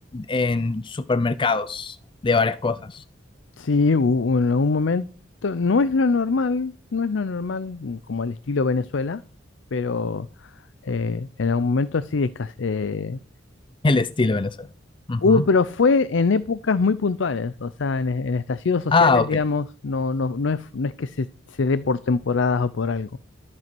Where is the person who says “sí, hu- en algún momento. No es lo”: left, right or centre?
Left